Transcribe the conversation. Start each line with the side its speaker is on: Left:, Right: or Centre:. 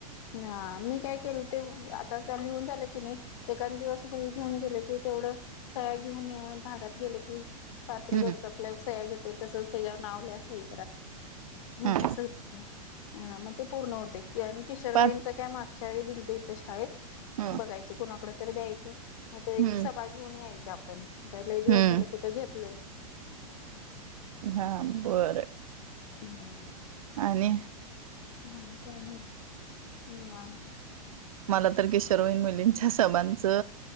Left: ह मी काय केल ते आता लिहून झाले की नाही ए दिवस वही घेऊन गेले की ते तेथोडं सया घेऊन या भागात गेलं की पात्र
Right: हम्म
Left: जोडपे आपल्या सया्या घेते तसच त्याच्यावर नाव लिहा सही हो
Right: हा
Left: मग ते पूर्ण होते क किशोरवांच
Right: पाच
Left: काय मागच्या वेळी दिलतो इथं शाळेत
Right: हम्म
Left: बघायचं कुणाकड तर द्यायचं नाही तर एक
Right: हम्म
Left: सभा घेऊन यायच आपण लही दिवस
Right: हम्म
Left: झालं कुठं घेतलोय?
Right: हा बरं.
Left: हम्म.
Right: आणि
Left: आणि काही नाही निवांत.
Right: मला तर किशोरवयीन मुलींच्या सामानच